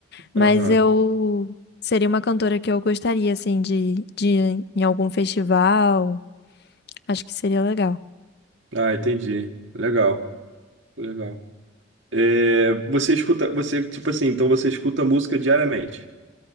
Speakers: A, on the left; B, on the right.
A: Mas
B: aham.
A: eu seria uma cantora que eu gostaria, assim, de, de ir em algum festival. Acho que seria legal.
B: Ah, entendi. Legal, legal. É, você escuta, você tipo assim, então você escuta música diariamente.